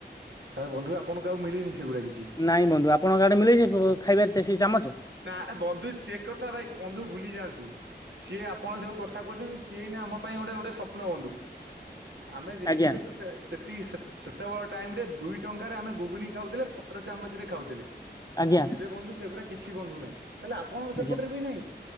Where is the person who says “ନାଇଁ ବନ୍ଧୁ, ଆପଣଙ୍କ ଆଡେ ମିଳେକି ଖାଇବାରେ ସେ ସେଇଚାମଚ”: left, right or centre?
Left